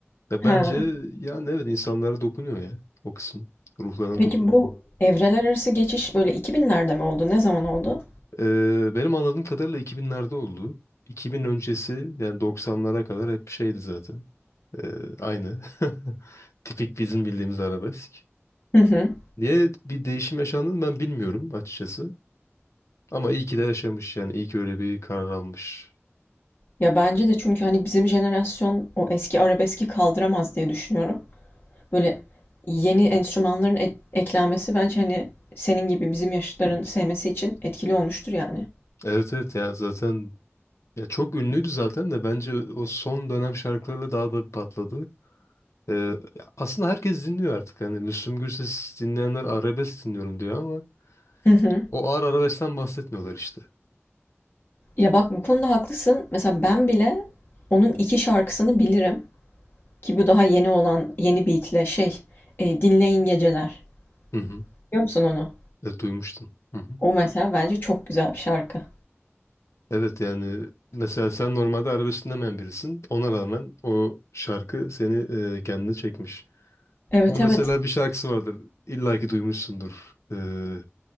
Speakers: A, on the left; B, on the left.
A: Ve
B: Ha.
A: bence yani evet insanlara dokunuyor ya o kısım. Ruhlarına
B: Peki
A: dokunuyor.
B: bu evreler arası geçiş böyle 2000'lerde mi oldu? Ne zaman oldu?
A: Ee, benim anladığım kadarıyla 2000'lerde oldu. 2000 öncesi yani 90'lara kadar hep şeydi zaten. Ee, aynı. <laughs> Tipik bizim bildiğimiz arabesk.
B: Hı hı.
A: Niye bir değişim yaşandığını ben bilmiyorum açıkçası. Ama iyi ki de yaşamış yani iyi ki öyle bir karar almış.
B: Ya bence de çünkü hani bizim jenerasyon o eski arabeski kaldıramaz diye düşünüyorum. böyle yeni enstrümanların ek- eklenmesi bence hani senin gibi bizim yaşıtların sevmesi için etkili olmuştur yani.
A: Evet evet ya zaten Ya çok ünlüydü zaten de bence o son dönem şarkılarıyla daha da bir patladı. Ee, ya aslında herkes dinliyor artık. Hani Müslüm Gürses dinleyenler arabesk dinliyorum diyor ama
B: Hı hı.
A: o ağır arabeskten bahsetmiyorlar işte.
B: Ya bak bu konuda haklısın. Mesela ben bile onun iki şarkısını bilirim ki bu daha yeni olan yeni beatle şey e, Dinleyin Geceler.
A: Hı hı.
B: Biliyor musun onu?
A: Evet, duymuştum. Hı hı.
B: O mesela bence çok güzel bir şarkı.
A: Evet yani mesela sen normalde arabesk dinlemeyen birisin. Ona rağmen o şarkı seni e, kendine çekmiş.
B: Evet
A: Ama mesela
B: evet.
A: bir şarkısı vardır. İlla ki duymuşsundur. Ee,